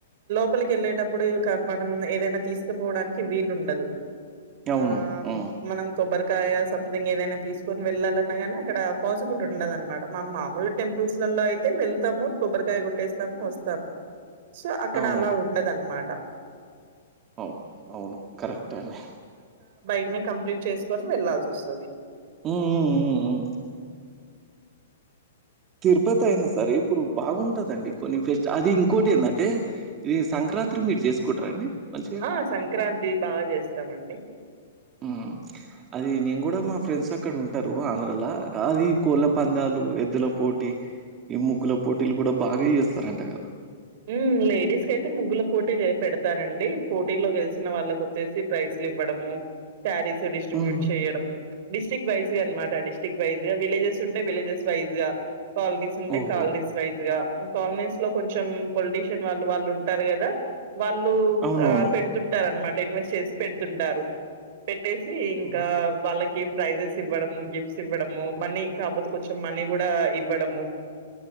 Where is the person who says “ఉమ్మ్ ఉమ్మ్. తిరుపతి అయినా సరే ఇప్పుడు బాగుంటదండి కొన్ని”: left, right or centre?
Right